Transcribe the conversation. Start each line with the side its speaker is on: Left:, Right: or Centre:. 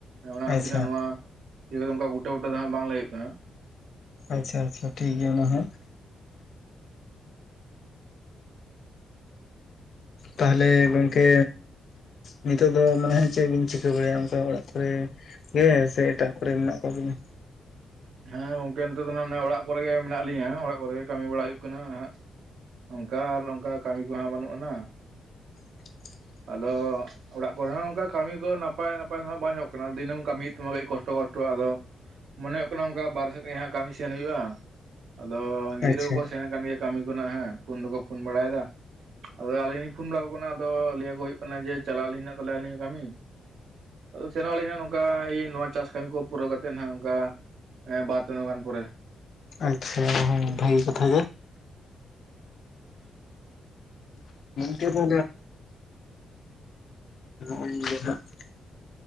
Right: ᱚᱱᱟ
Left: ᱟᱪᱪᱷᱟ
Right: ᱛᱤᱱᱟᱹᱜ ᱱᱚᱣᱟ ᱜᱩᱴᱟᱹ ᱵᱩᱴᱟᱹ ᱫᱚ ᱦᱟᱸᱜ ᱵᱟᱝ ᱞᱟᱹᱭᱟᱹᱜ ᱠᱟᱱᱟ ᱾
Left: ᱟᱪᱪᱷᱟ ᱟᱪᱪᱷᱟ ᱴᱷᱤᱠ ᱜᱮᱭᱟ ᱢᱟ ᱦᱮᱸ ᱾ ᱛᱟᱦᱚᱞᱮ ᱜᱚᱝᱠᱮ ᱱᱤᱛᱚᱜ ᱫᱚ ᱢᱟᱱᱮ ᱪᱮᱫ ᱵᱤᱱ ᱪᱤᱠᱟᱹ ᱵᱟᱲᱟᱭᱟ ᱚᱱᱠᱟ ᱚᱲᱟᱜ ᱠᱚᱨᱮ ᱦᱮᱸ ᱥᱮ ᱮᱴᱟᱜ ᱠᱚᱨᱮ ᱢᱮᱱᱟᱜ ᱠᱚᱣᱟᱵᱮᱱᱟ?
Right: ᱦᱮᱸ ᱜᱚᱝᱠᱮ ᱱᱤᱛᱚᱜ ᱫᱚ ᱦᱟᱜ ᱚᱲᱟᱜ ᱠᱚᱨᱮ ᱜᱮ ᱢᱮᱱᱟᱜ ᱞᱤᱧᱟᱹ ᱚᱲᱟᱜ ᱠᱚᱨᱮ ᱜᱮ ᱠᱟᱹᱢᱤ ᱵᱟᱲᱟ ᱦᱩᱭᱩᱜ ᱠᱟᱱᱟ ᱦᱟᱜ ᱾ ᱚᱱᱠᱟ ᱟᱨ ᱚᱱᱠᱟ ᱠᱟᱹᱢᱤ ᱠᱚᱦᱟᱸᱜ ᱵᱟᱹᱱᱩᱜ ᱟᱱᱟ ᱾
Left: <inaudible>
Right: ᱟᱫᱚ ᱚᱸᱲᱟᱜ ᱠᱚᱨᱮ ᱦᱚᱸ ᱱᱚᱝᱠᱟ ᱠᱟᱹᱢᱤ ᱫᱚ ᱱᱟᱯᱟᱭ ᱱᱟᱯᱟᱭ ᱫᱚ ᱦᱟᱹᱜ ᱵᱟᱝ ᱧᱟᱢᱚᱜ ᱠᱟᱱᱟ ᱫᱤᱱᱟᱹᱢ ᱠᱟᱹᱢᱤ ᱦᱩᱭᱩᱜ ᱛᱟᱢᱟ ᱠᱟᱹᱴᱤᱡ ᱠᱚᱥᱴᱚ ᱠᱚᱥᱴᱚ ᱟᱫᱚ ᱢᱚᱱᱮ ᱦᱩᱭᱩᱜ ᱠᱟᱱᱟ ᱚᱱᱠᱟ ᱵᱟᱨᱦᱮᱸ ᱥᱮᱫ ᱜᱮ ᱦᱟᱹᱜ ᱠᱟᱹᱢᱤ ᱥᱮᱱ ᱦᱩᱭᱩᱜᱼᱟ ᱟᱫᱚ ᱜᱤᱫᱽᱨᱟᱹ
Left: ᱟᱪᱪᱷᱟ
Right: ᱠᱚᱠᱚ ᱥᱮᱱ ᱠᱟᱱᱟ ᱠᱟᱱ ᱜᱮᱭᱟ ᱠᱟᱹᱢᱤ ᱠᱷᱚᱱᱟᱜ ᱦᱮᱸ ᱯᱷᱳᱱ ᱫᱚᱠᱚ ᱯᱷᱳᱱ ᱵᱟᱲᱟᱭᱮᱫᱟ ᱾ ᱟᱫᱚ ᱟᱹᱞᱤᱧ ᱞᱤᱧ ᱯᱷᱳᱱ ᱵᱟᱲᱟ ᱟᱠᱚ ᱠᱟᱱᱟ ᱟᱫᱚ ᱞᱟᱹᱭ ᱟᱠᱚ ᱦᱩᱭᱩᱜ ᱠᱟᱱᱟ ᱡᱮ ᱪᱟᱞᱟᱜ ᱟᱹᱞᱤᱧ ᱦᱟᱹᱜ ᱟᱹᱞᱤᱧ ᱦᱚᱸ ᱠᱟᱹᱢᱤ ᱾ ᱟᱫᱚ ᱥᱮᱱᱚ ᱟᱹᱞᱤᱧ ᱦᱟᱹᱜ ᱱᱚᱝᱠᱟ ᱱᱚᱣᱟ ᱪᱟᱥ ᱠᱟᱹᱢᱤ ᱠᱚ ᱯᱩᱨᱟᱹᱣ ᱠᱟᱛᱮᱫ ᱦᱟᱹᱜ ᱱᱚᱝᱠᱟ ᱦᱮᱸ ᱵᱟᱨ ᱪᱟᱸᱫᱳ ᱜᱟᱱ ᱯᱚᱨᱮ ᱾
Left: ᱟᱪᱪᱷᱟ ᱵᱷᱟᱹᱜᱤ ᱠᱟᱛᱷᱟ ᱜᱮ ᱟᱫᱚ <inaudible>